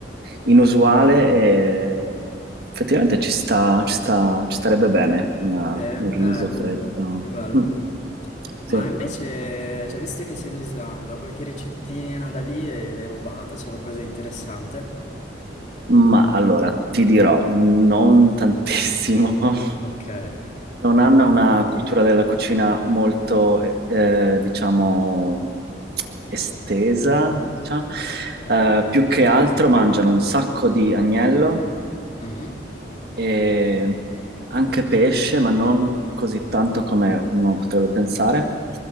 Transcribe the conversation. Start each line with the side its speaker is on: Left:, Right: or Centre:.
Right: inusuale e effettivamente ci sta, ci sta- ci starebbe bene una-
Left: Eh,
Right: un
Left: dai,
Right: riso
Left: bomba,
Right: freddo.
Left: che bello.
Right: Mm,
Left: Ma
Right: Sì.
Left: invece, cioè, visto che sei in Islanda, qualche ricettina da lì l'hai l'hai rubata? C'è qualcosa di interessante?
Right: Ma allora, ti dirò, non tantissimo. <laughs>
Left: Ok,
Right: Non hanno una cultura della cucina molto, eh, diciamo, estesa, diciamo.
Left: ok.
Right: Eh, più che altro mangiano un sacco di agnello
Left: Mhm.
Right: e anche pesce, ma non così tanto come uno potrebbe pensare.